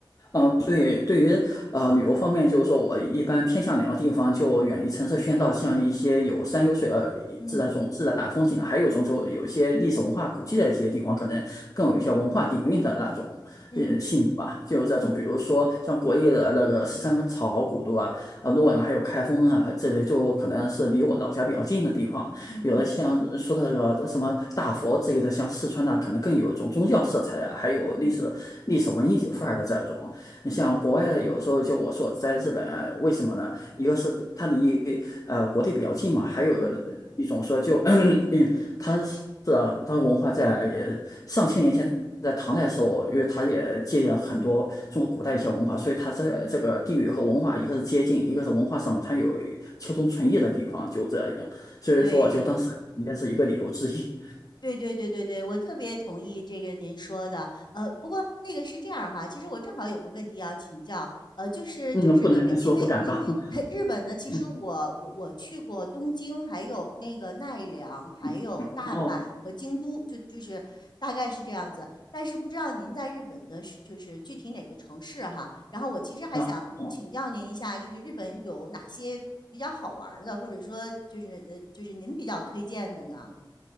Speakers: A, on the left (about 45°); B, on the left (about 60°).
A: 嗯，呃对，对于呃旅游方面，就是说我一般偏向两个地方，就远离城市喧闹，
B: 嗯
A: 像一些有山有水呃自然种自然风景的，
B: 嗯
A: 还有一种就有一些历史文化古迹的一些地方，可能更有一些文化底蕴的那种呃性质吧。
B: 嗯嗯嗯
A: 就这种，
B: 嗯
A: 比如说像国内的那个十三朝古都啊、啊洛阳还有开封啊，这些就可能是离我老家比较近的地方。
B: 嗯嗯嗯嗯
A: 有的像说的那个什么大佛之类的，像四川那可能更有一种宗教色彩啊，还有历史历史文艺范儿的这种。
B: 嗯嗯
A: 你像国外的，有的时候就我说在日本啊为什么呢？
B: 嗯
A: 一个是它离呃国内比较近嘛，还有呃一种说就
B: 嗯嗯，
A: <clears throat> 嗯，它是啊它文化在呃上千年前。在唐代的时候，因为它也借鉴了很多中国古代一些文化，
B: 嗯
A: 所以它在这个地域和文化，一个是接近，一个是文化上面它有求同存异的地方，就这样。所以说，
B: 对。
A: 就当时也是一个理由之一。
B: 对对对对对，我特别同意这个您说的。呃，不过那个是这样哈，其实我正好有个问题要请教。呃，就是就是因为因为因为
A: <laughs> 嗯，不能说不敢当。
B: <laughs> 日本呢，
A: <laughs>
B: 其实我我我去过东京，
A: 嗯
B: 还有那个奈良，还有大阪和京都，
A: 嗯，哦，
B: 就就是大概是这样子。但是不知道您在日本的是就是具体哪个城市哈。然后我其实还想请教您一下，
A: 那哦。
B: 就是日本有哪些比较好玩儿的，或者说就是呃就是您比较推荐的呢？